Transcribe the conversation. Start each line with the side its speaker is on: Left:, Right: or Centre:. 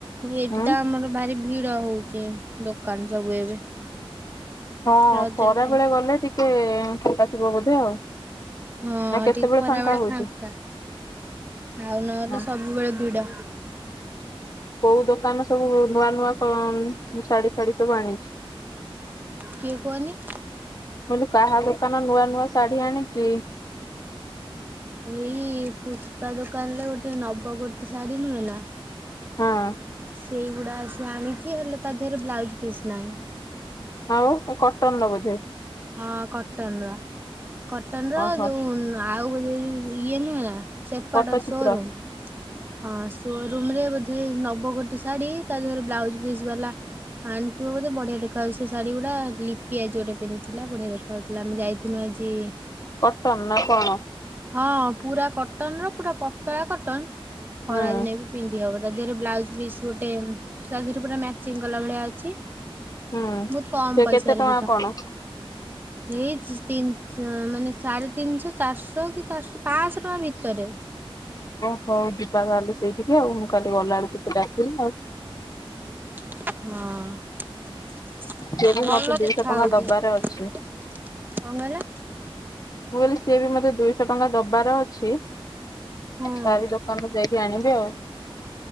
Right: ଏଇଠି
Left: ହୁଁ।
Right: ତ ଆମର ଭାରି ଭିଡ ହଉ ଚେ ଦୋକାନ ସବୁ ଏବେ।
Left: ହଁ
Right: ରଜ
Left: ଖରାବେଳେ
Right: ପାଇଁ
Left: ଗଲେ ଟିକେ ଫାଙ୍କା ଥିବ ବୋଧେ ଆଉ।
Right: ହଁ
Left: ନା କେତେବେଳେ
Right: ଟିକେ ଖରାବେଳେ
Left: ହଉଛି?
Right: ଫାଙ୍କା। ଆଉ ନହେଲେ
Left: ହଁ
Right: ସବୁବେଳେ ଭିଡ଼।
Left: କୋଉ ଦୋକାନ ସବୁ ନୂଆ ନୂଆ କନ୍ ଶାଢୀ ଫାଢୀ ସବୁ ଆଣିଛି।
Right: କିଏ କୁହନି?
Left: ମୁଁ କହିଲି କାହା ଦୋକାନ ନୂଆ ନୂଆ ଶାଢୀ ଆଣିଛି।
Right: ଏଇ ପୁଷ୍ପା ଦୋକାନରେ ଗୋଟେ ନବ ଗୋଟି ଶାଢୀ ନୁହେଁ ନା
Left: ହଁ।
Right: ସେଇଗୁଡା ଆସି ଆଣିଛି ହେଲେ ତା ଦେହରେ ବ୍ଲାଉଜ୍ ପିସ୍ ନାହିଁ।
Left: ଆଉ କଟନ୍ ର ବୋଧେ।
Right: ହଁ କଟନ୍ ର କଟନ୍ ର
Left: ଓହୋ
Right: ଯୋଉ ଆଉ ବୋଧେ ଇଏ ନୁହେଁ ନା ସେପଟ
Left: ପଟ୍ଟଚିତ୍ର
Right: ସୋରୁମ୍ ହଁ। ସୋରୁମ୍ ରେ ବୋଧେ ନବ ଗୋଟି ଶାଢ଼ୀ ତା ଦେହରେ ବ୍ଲାଉଜ୍ ପିସ୍ ବାଲା। ଆଣିଥିବ ବୋଧେ ବଢି଼ଆ ଦେଖାଯାଉଛି ସେ ଶାଢ଼ୀ। ଗୁଡ଼ା ଲିପି ଆଜି ଗୋଟେ ପିନ୍ଧିଥିଲା ବଢିଆ ଦେଖା ହଉଥିଲା ଆମେ ଯାଇଥିନୁ ଆଜି।
Left: କଟନ ନା କଣ
Right: ହଁ ପୁରା କଟନ୍ ର ପୁରା ପତଳା କଟନ୍। ଖରାଦିନେ
Left: ହୁଁ।
Right: ବି ପିନ୍ଧି ହବ ତା ଦେହରେ ବ୍ଲାଉଜ୍ ପିସ୍ ଗୋଟେ। ସାଗ୍ ରେ ପୁରା ମ୍ୟାଚିଂ କଲା ଭଳିଆ ଅଛି।
Left: ହୁଁ
Right: ବୋହୁତ୍ କମ୍
Left: ସେ
Right: ପଇସାରେ
Left: କେତେ ଟଙ୍କା
Right: ବୁଝ।
Left: କଣ
Right: ହେଇଛି ତିନିଶହ ମାନେ ସାଢ଼େ ତିନିଶହ ଚାରିଶହ କି ଚାରିଶହ ପାଂଶହ ଟଙ୍କା ଭିତରେ।
Left: ଓ ହୋଉ ଯିବା ତାହେଲେ ସେଇଠିକି ଆଉ ମୁଁ କାଲି ଗଲାବେଳକୁ ତତେ ଡାକିବି ଆଉ।
Right: ହଁ ଭଲ ଦେଖା ହଉଛି
Left: ସିଏ ବି ମତେ
Right: ସେ
Left: ଦୁଇଶହ ଟଙ୍କା ଦବାର
Right: ଶାଢ଼ୀ।
Left: ଅଛି
Right: କଣ କହିଲ?
Left: ମୁଁ କହିଲି ସିଏ ବି ମତେ ଦୁଇଶହ ଟଙ୍କା ଦବାର ଅଛି
Right: ହଁ
Left: ତାରି ଦୋକାନରୁ ଯାଇ କି ଆଣିବି ଆଉ।